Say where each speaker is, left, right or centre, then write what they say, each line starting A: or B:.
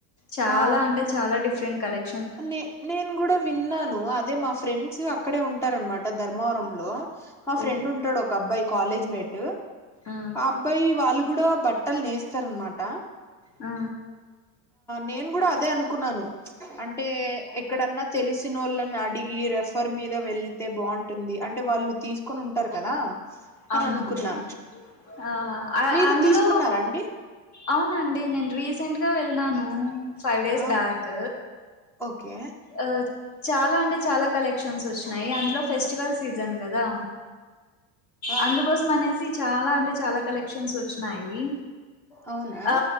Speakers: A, on the left; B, in the centre.
A: చాలా
B: ఆ
A: అంటే చాల డిఫరెంట్ కలెక్
B: నే నేను గూడ విన్నాను అదే మా ఫ్రెండ్స్ అక్ అక్కడే వుంటారన్మాట ధర్మవరంలో. మా
A: ఓ
B: ఫ్రెండ్ వుంటాడు ఒక అబ్బాయి. కాలేజ్ మేట్
A: ఆ
B: అబ్బాయి వాళ్ళు గుడా బట్టలు నేస్తారన్నమాట.
A: ఆ
B: నేను గుడా అదే అనుకున్నాను. అం టే ఎక్కడన్న తెలిసినోళ్ళని అడిగి రిఫర్ మీద వెళ్తే బాగుంటుంది. అంటే వాళ్ళు తీసుకొని ఉంటారు కదా.
A: అవునండి
B: అని అనుకున్నా
A: ఆ
B: మీరు
A: అందులో
B: తీసుకున్నారా అండి
A: అవునండి నేను రీస్ సెంట్ గా వెళ్ళినాను ఫైవ్ డేస్
B: ఆ
A: బ్యాక్
B: ఓకే
A: అ చాలా అంటే చాలా కలెక్షన్స్ వచ్చినాయి అందులో ఫెస్టివల్ సీజన్ గదా
B: ఆ
A: అందుకోసం అనేసి చాలా అంటే చాలా కలె షన్స్ వచ్చినాయి
B: అవునా
A: ఆ